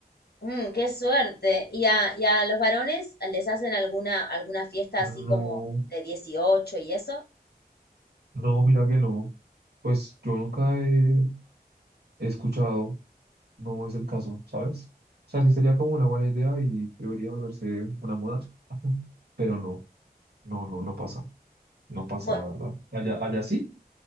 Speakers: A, on the left (about 75°); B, on the right (about 80°).
A: Mm, qué suerte. ¿Y a, y a los varones les hacen alguna, alguna fiesta
B: No,
A: así como de 18 y eso?
B: no, mira que no, pues yo nunca he, he escuchado, no es el caso, ¿sabes? O sea, sí sería como una buena idea y debería volverse una moda, <laughs> pero no, no, no, no pasa, no pasa
A: Bu-
B: la verdad. Allá, allá sí.